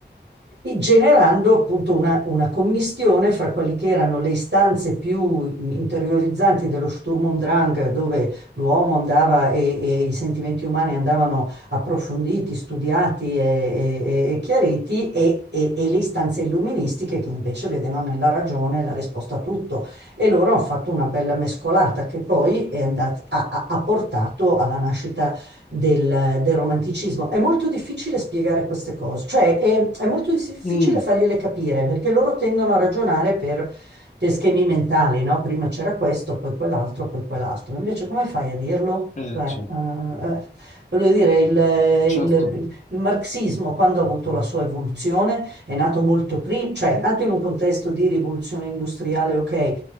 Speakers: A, on the right (about 75°); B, on the left (about 40°).
A: e generando appunto una, una commistione fra quelle che erano le istanze più interiorizzanti dello Sturm und Drang, dove l'uomo andava e, e i sentimenti umani andavano approfonditi, studiati e, e- e chiariti, e, e- e le istanze illuministiche che invece vedevano nella ragione la risposta a tutto. E loro hanno fatto una bella mescolata che poi è andat- ha ha- ha portato alla nascita del, del romanticismo. È molto difficile spiegare queste cose, cioè è, è molto difficile
B: Mm.
A: fargliele capire perché loro tendono a ragionare per, per schemi mentali, no? Prima c'era questo, poi quell'altro, poi quell'altro. Invece come fai a dirlo?
B: Eh,
A: Cioè,
B: certo.
A: eh, eh, voglio dire, il, il-
B: Certo.
A: il marxismo quando ha avuto la sua evoluzione è nato molto prima, cioè è nato in un contesto di rivoluzione industriale, ok,